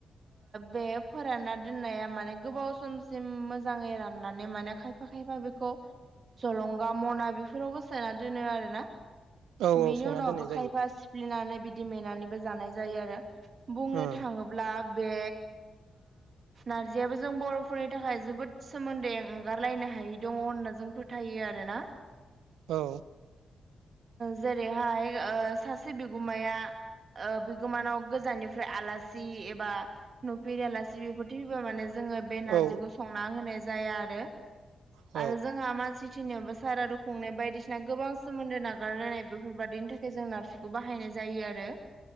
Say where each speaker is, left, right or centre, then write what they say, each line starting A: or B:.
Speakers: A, on the right; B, on the right.
A: बे फोरानना दोननाया माने गोबाव समसिम मोजाङै राननानै माने खायफा खायफा बेखौ जलंगा मना बेफोरावबो सोना दोनो आरोना
B: औ
A: बेनि
B: औ सोना
A: उनावबो
B: दोननाय
A: खायफा
B: जायो
A: ब्लिनानै बिदि मेनानैबो जानाय जायो आरो बुंनो
B: उम
A: थाङोब्ला बे नारजियाबो जों बर'फोरनि थाखाय जोबोद सोमोन्दै। हगारलायनो हायै दङ होनना जों फोथायो आरो ना।
B: औ।
A: जेरैहाय सासे बिगुमाया। बिगोमानाव गोजाननिफ्राय आलासि एबा नुफेर आलासि बेफोर फैबा माने जोङो बे नारजिखौ
B: औ
A: संना होनाय जाया आरो
B: औ
A: आरो जोंहा मानसि। सारादु खुंनाय बायदिसिना गोबां सोमोन्दो ना गारलायनाय बेफोरबादिनि थाखाय जों नारजिखौ बाहायनाय जायो आरो